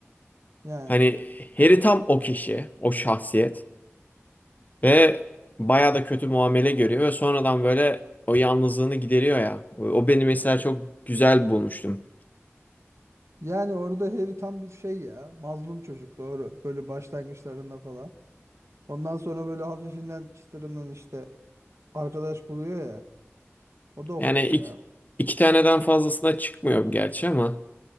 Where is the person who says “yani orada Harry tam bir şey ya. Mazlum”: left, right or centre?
Right